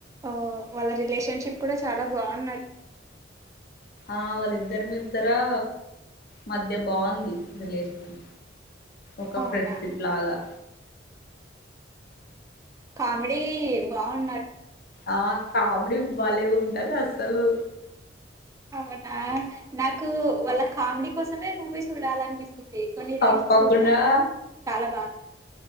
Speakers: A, on the right; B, on the left.
A: ఆ వాళ్ళ రిలేషన్షిప్ కూడా చాలా బాగున్నట్టు
B: ఆ వాళ్ళిద్దరు మీత్తరా మధ్య బాగుంది రిలేషన్ ఒక
A: అవునా
B: ఫ్రెండ్షిప్ లాగా
A: కామెడీ బాగున్న
B: ఆ కామెడీ భలే ఉంటది అసలు
A: అవునా నాకు వాళ్ళ కామెడీ కోసమే మూవీ చూడాలనిపిస్తుంది కొన్ని
B: తప్పకుండా
A: రీల్స్ చూశాను చాలా బాగా